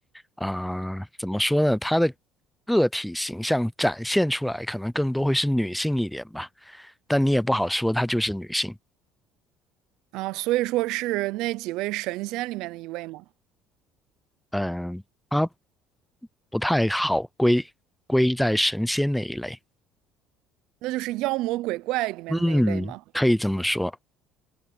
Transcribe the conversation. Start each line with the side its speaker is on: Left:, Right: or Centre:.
Centre: 啊、怎么说呢？他的个体形象展现出来，可能更多会是女性一点吧。但你也不好说她就是女性，
Right: 啊，所以说是那几位神仙里面的一位吗？
Centre: 嗯，它不太好归归在神仙那一类。
Right: 那就是妖魔鬼怪里面的那一类吗？
Centre: 嗯，可以这么说。